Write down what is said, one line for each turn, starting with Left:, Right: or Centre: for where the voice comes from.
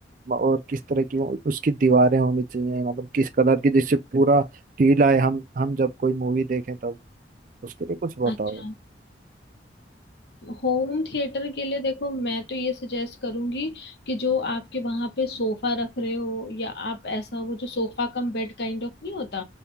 Right: म- और किस तरह की वो- उसकी दीवारें होनी चाहिए मतलब किस कलर की जिससे पूरा फील आए हम हम जब कोई मूवी देखें तब उसके लिए कुछ बताओ
Left: अच्छा होम थिएटर के लिए देखो मैं तो ये सजेस्ट करूंगी कि जो आपके वहां पे सोफा रख रहे हो या आप ऐसा वो जो sofa cum bed kind of नहीं होता